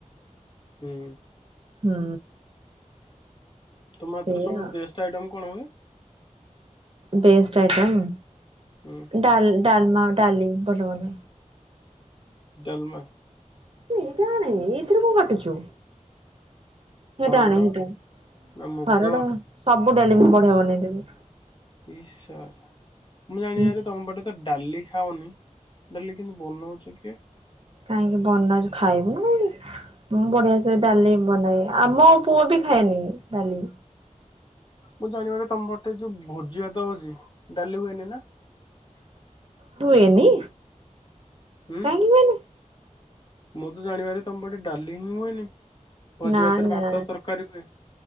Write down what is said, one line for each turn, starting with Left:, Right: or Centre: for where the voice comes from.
Left: ହୁଁ।
Right: ହୁଁ।
Left: ତୁମ ହାତରେ
Right: ସେଇଆ
Left: ସବୁଠୁ ବେଷ୍ଟେ ଆଇଟମ୍ କଣ ହୁଏ?
Right: Best item?
Left: ହୁଁ।
Right: ଡାଲ-ଡାଲମା ଡାଲି ବଲବଲ।
Left: ଡାଲମା।
Right: ଏଇଟା ଆଣେ ଏଇଥେରେ କଣ କାଟୁଚୁ। ହେଇଟା
Left: ହରଡ଼
Right: ଆଣେ ହେଇଟା ଆଣେ
Left: ନା ମୁଗ
Right: ହରଡ ସବୁ ଡାଲି ମୁ ବଢିଆ ବନେଇଦେବି।
Left: ମୁଁ ଜାଣିବାରେ
Right: ଇସ୍
Left: ତମ ପଟେ ତ ଡାଲି ଖାଅନି ଡାଲି କିନ୍ତି ବନାଉଚ କିଏ?
Right: କାହିଁକି ବନା ହଉଚି ଖାଇବୁନି କାହିଁକି। ମୁଁ ବଢିଆ ସେ ଡାଲି ବନାଏ, ଆମ ପୁଅ ବି ଖାଏନି ଡାଲି।
Left: ମୁଁ ଜାଣିବାରେ ତମ ପଟେ ଯୋଉ ଭୋଜି ଭାତ ହଉଚି ଡାଲି ହୁଏନି ନା?
Right: ହୁଏନି?
Left: ହୁଁ
Right: କାହିଁକି ହୁଏନି
Left: ମୁଁ ତ ଜାଣିବାରେ ତମପଟେ ଡାଲି ହିଁ ହୁଏନି। ଭୋଜି
Right: ନାଁ
Left: ଭାତରେ
Right: ନାଁ
Left: ଭାତ ତରକାରୀ ହୁଏ।